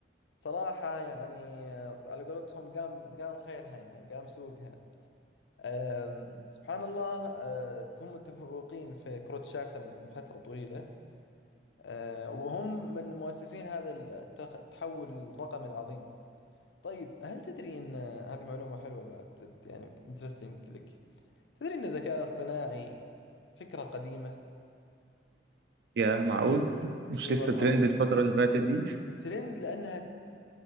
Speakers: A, on the left; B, on the right.
A: صراحة يعني آه، على قولتهم قام قام خيرها يعني قام سوقها آم، سبحان الله آه، هم متفوقين في كروت الشاشة من فترة طويلة آه، وهم من مؤسسين هذا التخ- التحول الرقمي العظيم طيب هل تدري أن هذه معلومة حلوة بعد بت- يعني انترستنج لك تدري أن الذكاء الاصطناعي فكرة قديمة
B: يا معقول مش
A: اي
B: لسه
A: والله
B: ترند الفترة اللي فاتت دي
A: ترند لأنها